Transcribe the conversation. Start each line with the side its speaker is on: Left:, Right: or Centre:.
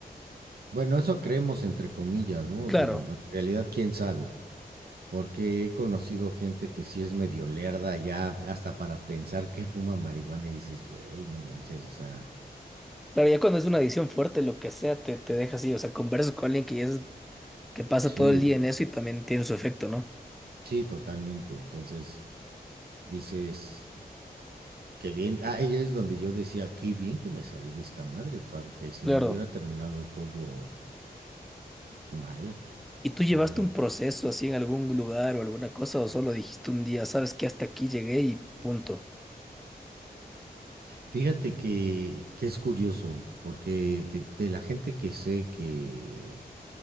Right: Bueno, eso creemos entre comillas, ¿no?
Centre: Claro,
Right: Digo, en realidad, ¿quién sabe? Porque he conocido gente que sí es medio lerda ya hasta para pensar que fuma marihuana y dices, güey, no manches, o sea,
Centre: claro, ya cuando es una adicción fuerte, lo que sea, te, te deja así. O sea, conversas con alguien que ya es, que pasa
Right: sí,
Centre: todo el día en eso y también tiene su efecto, ¿no?
Right: sí, totalmente. Entonces dices, qué bien. Ah, ella es donde yo decía, qué bien que me salí de esta madre, porque si
Centre: Claro.
Right: no hubiera terminado todo mal.
Centre: ¿Y tú llevaste
Right: Pero
Centre: un proceso así en algún lugar o alguna cosa o solo dijiste un día, sabes que hasta aquí llegué y punto?
Right: fíjate que, que es curioso, porque de, de la gente que sé que